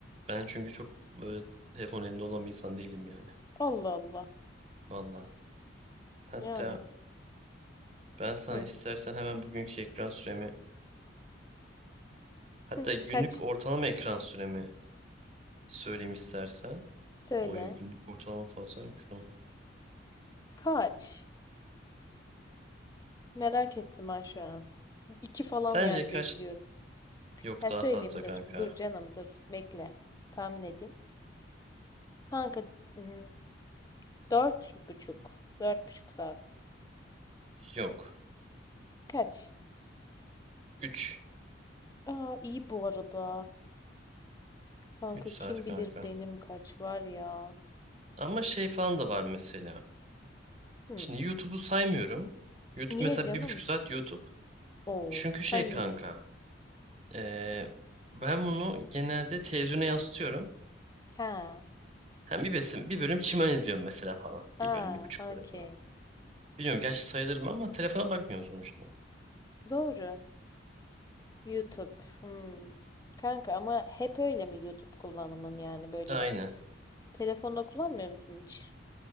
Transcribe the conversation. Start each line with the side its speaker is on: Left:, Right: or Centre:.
Right: Ben çünkü çok böyle telefon elinde olan bir insan değilim yani.
Left: Allah Allah.
Right: Vallahi. Hatta
Left: Yani.
Right: ben sana
Left: Hı.
Right: istersen hemen bugünkü ekran süremi Hatta
Left: <laughs> Hı.
Right: günlük
Left: Kaç?
Right: ortalama ekran süremi söyleyeyim istersen.
Left: Söyle.
Right: Oy günlük ortalama fazlaymış lan.
Left: Kaç? Merak ettim ha şu an. İki falan
Right: Sence
Left: yani
Right: kaç?
Left: bekliyorum.
Right: Yok
Left: Ha
Right: daha
Left: söyleyeyim
Right: fazla
Left: dur.
Right: kanka.
Left: Dur canım dur. Bekle. Tahmin edeyim. Kanka hmm, dört buçuk. Dört buçuk saat.
Right: Yok.
Left: Kaç?
Right: üç,
Left: Aa iyi bu arada. Kanka
Right: üç saat
Left: kim
Right: kanka.
Left: bilir benim kaç var ya.
Right: Ama şey falan da var mesela.
Left: Hmm.
Right: Şimdi YouTube'u saymıyorum. YouTube
Left: Niye
Right: mesela
Left: canım?
Right: bir buçuk saat YouTube.
Left: Oo
Right: Çünkü
Left: saymıyor
Right: şey kanka.
Left: musun?
Right: eee, ben bunu genelde televizyona yansıtıyorum.
Left: Ha.
Right: Hem bir besin, bir bölüm çimen izliyorum mesela falan. Bir
Left: Aa
Right: bölüm, bir buçuk
Left: okey.
Right: bölüm falan. Bilmiyorum gerçi sayılır mı ama telefona bakmıyorum sonuçta.
Left: Doğru. YouTube. Hmm. Kanka ama hep öyle mi YouTube kullanımın yani böyle
Right: Aynen.
Left: bir. Telefonda kullanmıyor musun hiç?